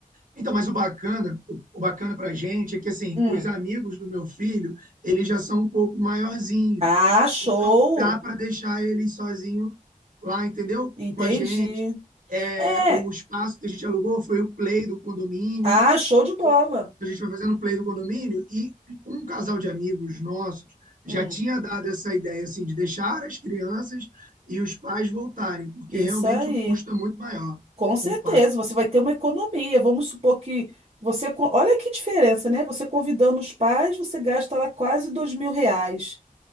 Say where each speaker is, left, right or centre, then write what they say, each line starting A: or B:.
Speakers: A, on the right; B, on the right.
A: Então, mas o bacana, o, o bacana para gente é que assim,
B: Hum.
A: os amigos do meu filho, eles já são um pouco maiorzinhos.
B: Ah, show!
A: Então, dá para deixar ele sozinho lá, entendeu?
B: Entendi.
A: Com a gente. É,
B: É,
A: o espaço que a gente alugou foi o play do condomínio.
B: ah, show de bola.
A: eu- a gente foi fazendo play do condomínio e um casal de amigos nossos já
B: Hum,
A: tinha dado essa ideia assim de deixar as crianças e os pais voltarem, porque
B: isso
A: realmente
B: aí.
A: o custo é muito maior
B: Com certeza,
A: com o pai.
B: você vai ter uma economia. Vamos supor que você. co- Olha que diferença, né? Você convidando os pais, você gasta lá quase dois mil reais.